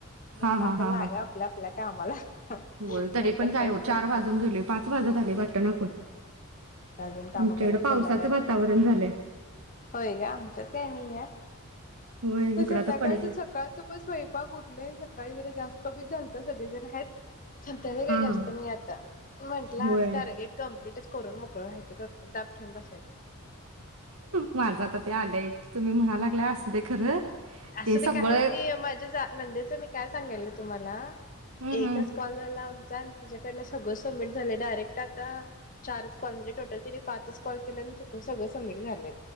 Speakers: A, on the left (about 40°); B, on the right (about 75°).
A: म्हणला
B: हा हा
A: आता
B: हा
A: लाग
B: हा
A: आपल्या आप ल्या कामाला नाहीतर
B: होय तरी पण काय
A: काही होत
B: चार
A: नाही
B: वाजून गेले पाच वाजत आले वाटना पण
A: आता अजून कामं
B: आमच्याकडे
A: करायच
B: पावसाचं
A: संध्याकाळचं
B: वातावरण झालंय
A: होय का आमच्यात काय नईय
B: होय
A: तर
B: इकडं
A: संध्याकाळच
B: आता पडेल
A: सकाळचं पण स्वयंपाक उरलय सकाळी जरा जास्त कमी झालत सगळे जण आहेत संध्याकाळी काही
B: हा
A: जास्त
B: हा
A: नाही आता म्हंटलं आज
B: होय
A: टार्गेट कंप्लीटच करून मोकळं डोक्याला ताप ठेवून बसायचं.
B: माझा आता ते आलंय तुम्ही म्हणालागला असू दे खरं
A: असू
B: ते
A: दे
B: सगळं
A: काही होत नाही माझ्या जा- नंदेचं मी काय सांगायल- तुम्हाला-
B: हम्म
A: एकच
B: हम्म
A: कॉल झाला आम- तिच्याकडंन सगळं सबमिट झालंय डायरेक्ट आता चारच कॉल म्हणजे टोटल तिने पाचच कॉल केले आणि चुकून सगळं सबमिट झालंय.